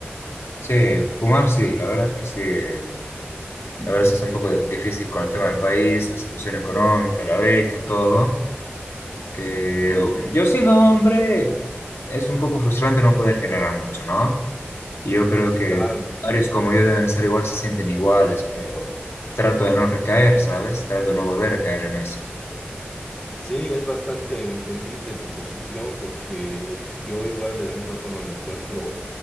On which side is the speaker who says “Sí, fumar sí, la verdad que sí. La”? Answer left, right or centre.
Left